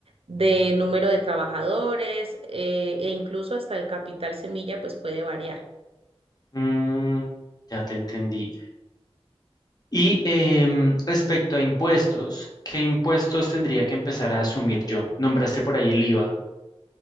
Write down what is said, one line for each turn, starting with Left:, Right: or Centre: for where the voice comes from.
Right: de número de trabajadores eh, e incluso hasta el capital semilla, pues puede variar.
Left: Mm, ya te entendí. Y em, respecto a impuestos, ¿qué impuestos tendría que empezar a asumir yo? Nombraste por ahí el IVA.